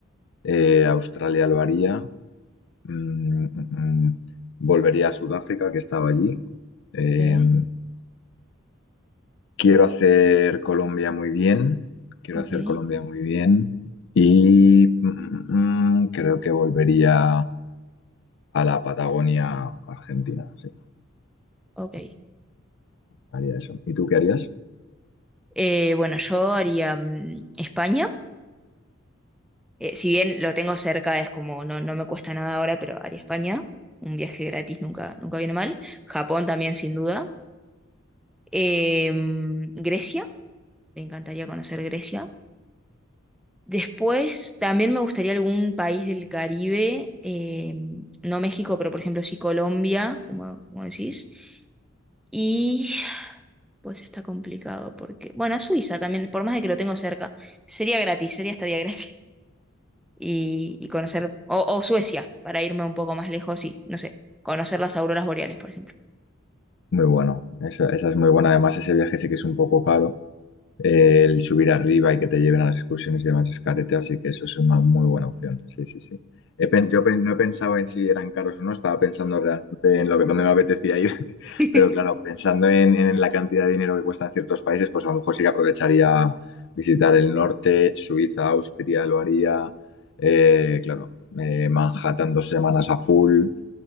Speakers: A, on the left; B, in the centre.
A: eh, Australia lo haría, mm, mm, mm, volvería a Sudáfrica, que estaba allí. em,
B: Ok,
A: Quiero hacer Colombia muy bien, quiero
B: ok,
A: hacer Colombia muy bien y mm, mm, mm, creo que volvería a la Patagonia Argentina, sí,
B: ok.
A: haría eso. ¿Y tú qué harías?
B: Eh, bueno, yo haría mm, España. Eh, si bien lo tengo cerca, es como no, no me cuesta nada ahora, pero haría España. Un viaje gratis nunca, nunca viene mal. Japón también, sin duda. Eh, mm, Grecia, me encantaría conocer Grecia. Después también me gustaría algún país del Caribe, eh, no México, pero por ejemplo sí Colombia, como, como decís. Y pues está complicado porque, bueno, Suiza también, por más de que lo tengo cerca, sería gratis, sería estadía <laughs> gratis. y, y conocer, o, o Suecia, para irme un poco más lejos y, no sé, conocer las auroras boreales, por ejemplo.
A: Muy bueno, esa, esa es muy buena, además ese viaje sí que es un poco caro, eh, el subir arriba y que te lleven a las excursiones y demás es carete, así que eso es una muy buena opción. Sí, sí, sí. He pen- yo pen- no he pensado en si eran caros o no, estaba pensando realmente en lo que donde me apetecía ir, <laughs>
B: <laughs>
A: pero claro, pensando en, en la cantidad de dinero que cuestan ciertos países, pues a lo mejor sí que aprovecharía visitar el norte, Suiza, Austria, lo haría, eh, claro, eh, Manhattan dos semanas a full,